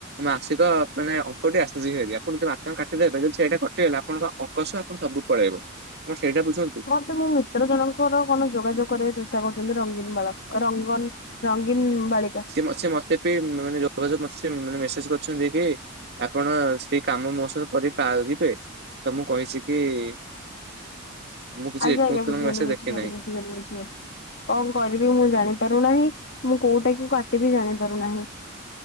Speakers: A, on the right; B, on the left.
A: ମାସିକ ମାନେ ଅଙ୍କଟି ଆସଛି ସେରିଆ ଆପଣ ଯଦି ମା କାଟିଦବେ ଯଦି ସେଇଟା କଟିଗଲେ, ଆପଣଙ୍କ ଅଙ୍କଶ ଆପଣ ସବୁ ପଳେଇବ ଆପଣ ସେଇଟା ବୁଝନ୍ତୁ।
B: ମତେ ମୋ ମିତ୍ର ଜଣଙ୍କର କଣ ଯୋଗାଯୋଗ କରିବାକୁ ଚେଷ୍ଟା କରୁଛନ୍ତି। ରଙ୍ଗୀନ ବାଳାକୁ ରଙ୍ଗନ ରଙ୍ଗୀନ ବାଳିକା।
A: ମ ମତେ ବି ମାନେ ଯୋଗାଯୋଗ ମେସେଜ କରୁଛନ୍ତି କି ଆପଣ ସେଇ କାମ ମୋ ସବ କରିପାରିବେ? ତ ମୁଁ କହିଛି କି <inaudible> କିଛି
B: ଆଜ୍ଞା
A: ରେସ୍ପନ୍ସ
B: ଆଜ୍ଞା। ବୁଝିଗଲି,
A: ମେସେଜ
B: ବୁଝିଗଲି,
A: ଦେଖି ନାହିଁ
B: ବୁଝିଗଲି। କଣ କରିବି ମୁଁ ଜାଣିପାରୁନାହିଁ। ମୁଁ କୋଉଟା କ କାଟିବି ଜାଣିପାରୁନାହିଁ।